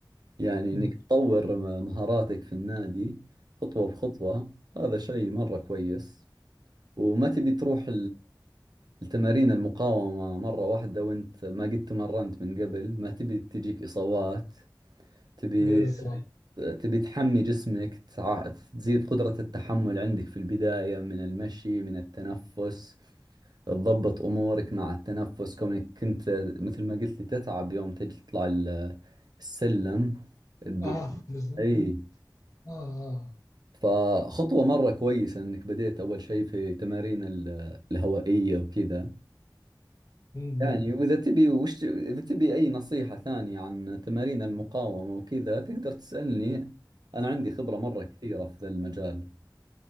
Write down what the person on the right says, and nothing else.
يعني
انك تطور م- مهاراتك في النادي خطوة بخطوة هذا شيء مرة كويس وما تبي تروح التمارين المقاومة مرة واحدة وانت ما قد تمرنت من قبل ما تبي تجيك إصابات تبي
تبي تحمي جسمك تع- تزيد قدرة التحمل عندك في البداية من المشي من التنفس تضبط أمورك مع التنفس كونك كنت مثل ما قلت لي تتعب يوم تجي تطلع ال- السلم الد-
اي
فخطوة مرة كويسة انك بديت اول شيء في تمارين ال- الهوائية وكذا
يعني وإذا تبي وش إذا تبي أي نصيحة ثانية عن تمارين المقاومة وكذا تقدر تسألني أنا عندي خبرة مرة كثيرة في ذا المجال